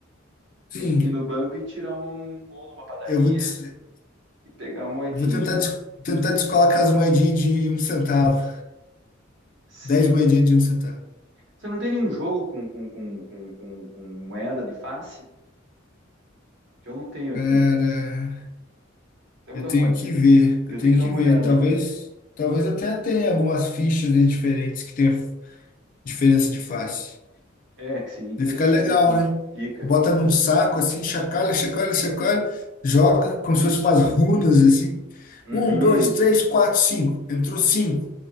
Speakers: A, on the left (about 45°); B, on the right (about 65°).
A: Sim,
B: Tem que ir no banco e tirar um. Ou numa padaria
A: eu vou, des-
B: e pegar moedinhas.
A: eu vou tentar, des- tentar descolar com as moedinhas de um centavo.
B: Sim.
A: Dez moedinhas de um centavo.
B: Você não tem nenhum jogo com, com, com, com, com, com moeda de face? Que eu não tenho aqui,
A: Cara,
B: cara. Até vou
A: Eu
B: dar
A: tenho
B: uma olhada.
A: que ver,
B: Eu
A: eu tenho
B: tenho que dar
A: que
B: uma
A: ver.
B: olhada
A: Talvez,
B: aqui.
A: talvez até tenha algumas fichas, né, diferentes que tenha diferença de face.
B: É, que seria interessante,
A: E fica legal,
B: né?
A: né?
B: Fica,
A: Bota
B: fica.
A: num
B: mesmo.
A: saco assim, chacalha, chacalha, chacalha, joga como se fosse umas runas assim.
B: Uhum.
A: Um, dois, três, quatro, cinco. Entrou cinco.